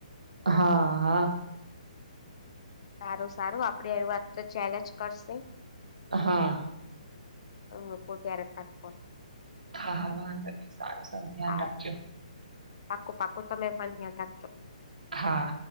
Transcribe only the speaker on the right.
હા હા.
હા.
હા હા, વાંધો નહીં. સારું સારું, ધ્યાન
રાખજો.
હા.